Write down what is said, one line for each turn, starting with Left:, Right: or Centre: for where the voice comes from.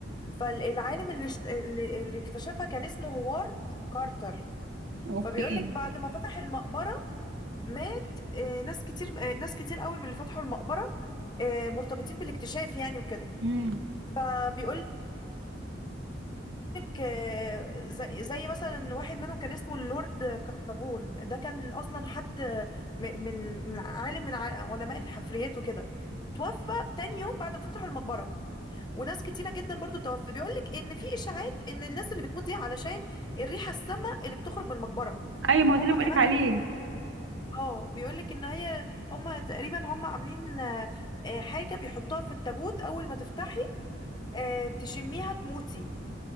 Left: فالعالم اللي اشت- اللي اللي اكتشفها كان اسمه هوارد كارتر
Right: أوكي
Left: فبيقولك بعد ما فتح المقبرة مات آه، ناس كتير آه، ناس كتير قوي من اللي فتحوا المقبرة آه، مرتبطين بالاكتشاف يعني وكده
Right: امم
Left: فبيقول لك آه، زي زي مثلا واحد منهم كان اسمه اللورد كارنافون ده كان اصلا حد م- من من عالم من ع- علماء الحفريات وكده توفى تاني يوم بعد ما فتحوا المقبره وناس كتيره جدا برضو توفت بيقول لك ان في اشاعات ان الناس اللي بتموت دي علشان الريحه السامه اللي بتخرج من المقبره
Right: ايوه ما هو ده
Left: هم
Right: اللي بقولك
Left: كمان
Right: عليه
Left: بيقول لك اه بيقول لك ان هي هم تقريبا هم عاملين آه، آه، حاجه بيحطوها في التابوت اول ما تفتحي آه، تشميها تموتي